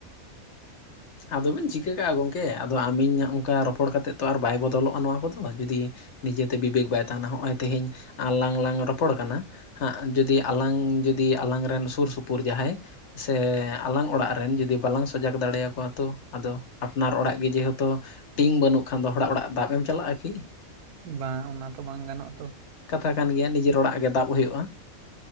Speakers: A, on the left (about 60°); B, on the right (about 85°).
A: ᱟᱫᱚ ᱵᱤᱱ ᱪᱤᱠᱟᱹ ᱠᱟᱜᱼᱟ ᱜᱚᱢᱠᱮ ᱟᱫᱚ ᱟᱢ ᱤᱧ ᱦᱚᱸᱜᱼᱚᱝᱠᱟ ᱨᱚᱯᱚᱲ ᱠᱟᱛᱮᱜ ᱛᱚ ᱟᱨ ᱵᱟᱭ ᱵᱚᱫᱚᱞᱚᱜᱼᱟ ᱱᱚᱣᱟ ᱠᱚᱫᱚ ᱡᱩᱫᱤ ᱱᱤᱡᱮ ᱛᱮ ᱵᱤᱵᱮᱠ ᱵᱟᱭ ᱛᱟᱦᱮᱱᱟ ᱦᱚᱸᱜᱼᱚᱭ ᱛᱮᱦᱮᱧ ᱟᱞᱟᱝ ᱞᱟᱝ ᱨᱚᱯᱚᱲ ᱠᱟᱱᱟ ᱦᱟᱸᱜ ᱡᱩᱫᱤ ᱟᱞᱟᱝ ᱡᱩᱫᱤ ᱟᱞᱟᱝ ᱨᱮᱱ ᱥᱩᱨ ᱥᱩᱯᱩᱨ ᱡᱟᱦᱟᱸᱭ ᱥᱮ ᱟᱞᱟᱝ ᱚᱲᱟᱜ ᱨᱮᱱ ᱡᱩᱫᱤ ᱵᱟᱞᱟᱝ ᱥᱚᱡᱟᱠᱽ ᱫᱟᱲᱮᱭᱟ ᱠᱚᱣᱟ ᱛᱚ ᱟᱫᱚ ᱟᱯᱱᱟᱨ ᱚᱲᱟᱜ ᱜᱮ ᱡᱮᱦᱮᱛᱩ ᱴᱤᱝ ᱵᱟᱹᱱᱩᱜ ᱠᱷᱟᱱ ᱫᱚ ᱦᱚᱲᱟᱜ ᱚᱲᱟᱜ ᱫᱟᱵ ᱮᱢ ᱪᱟᱞᱟᱜᱼᱟ ᱠᱤ ᱾
B: ᱵᱟᱝ ᱚᱱᱟ ᱛᱚ ᱵᱟᱝ ᱜᱟᱱᱚᱜᱼᱟ ᱛᱚ ᱾
A: ᱠᱟᱛᱷᱟ ᱠᱟᱱ ᱜᱮᱭᱟ ᱱᱤᱡᱮᱨ ᱚᱲᱟᱜ ᱜᱮ ᱫᱟᱵ ᱦᱩᱭᱩᱜᱼᱟ ᱾